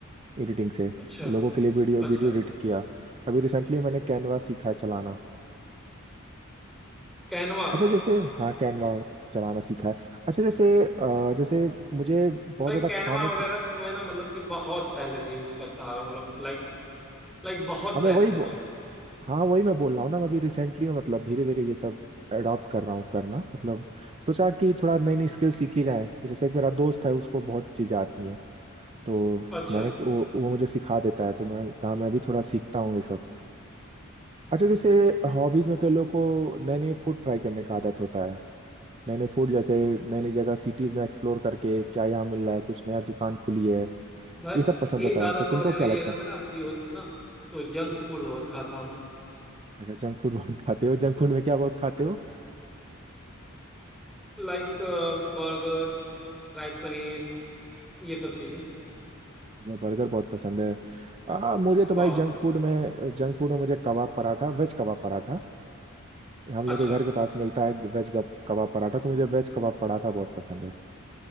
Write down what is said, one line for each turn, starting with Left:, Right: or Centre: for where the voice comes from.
Right: एडिटिंग से
Centre: अच्छा
Right: लोगों के लिए वीडियो वीडियो
Centre: अच्छा
Right: एडिट किया अभी रिसेंटली मैंने कैनवा सीखा है चलाना
Centre: कैनवा
Right: अच्छा जैसे हाँ कैनवा चलाना सीखा है अच्छा जैसे अ, जैसे मुझे बहुत
Centre: भाई
Right: ज़्यादा
Centre: कैनवा
Right: खाने
Centre: वगैरह
Right: का
Centre: तो मैं ना मतलब कि बहुत पहले से यूज करता आ रहा हूँ मतलब लाइक लाइक बहुत
Right: हाँ मैं
Centre: पहले
Right: वही
Centre: समझ लो
Right: हाँ वही मैं बोल रहा हूँ ना मैं अभी रिसेंटली में मतलब धीरे धीरे ये सब अडॉप्ट कर रहा हूँ करना मतलब सोचा कि थोड़ा नई नई स्किल सीखी जाए जैसे एक मेरा दोस्त है उसको बहुत चीजें आती हैं तो
Centre: अच्छा
Right: मैंने वो, वो मुझे सिखा देता है तो मैं कहा मैं भी थोड़ा सीखता हूँ ये सब अच्छा जैसे हॉबीज में कई लोगों को नए नए फूड ट्राई करने का आदत होता है नए नए फूड जैसे नई नई जगह सिटीज में एक्सप्लोर करके क्या यहाँ मिल रहा है कुछ नया दुकान खुली है
Centre: भाई
Right: ये सब पसंद होता
Centre: एक
Right: है
Centre: आदत
Right: तो तुमको
Centre: और है
Right: क्या
Centre: मेरी
Right: लगता
Centre: अगर
Right: है
Centre: मैं ना फ्री होता हूँ ना तो जंक फूड बहुत खाता हूँ
Right: अगर जंक फूड <laughs> बहुत खाते हो जंक फूड में क्या बहुत खाते हो
Centre: लाइक बर्गर राइस पनीर ये सब चीजें
Right: मुझे बर्गर बहुत पसंद है आ, मुझे तो
Centre: बहुत
Right: भाई जंक फूड में जंक फूड में मुझे कबाब पराठा वेज कबाब पराठा हम
Centre: अच्छा
Right: लोग के घर के पास मिलता है वेज गप- कबाब पराठा तो मुझे वेज कबाब पराठा बहुत पसंद है